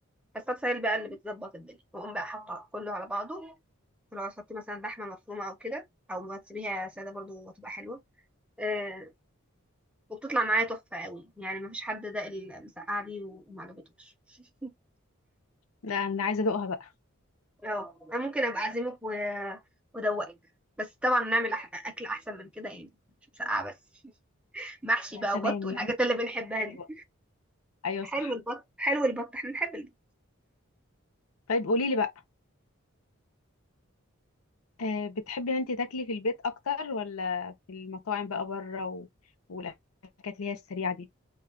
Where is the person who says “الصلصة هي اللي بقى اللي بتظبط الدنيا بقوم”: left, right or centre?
Centre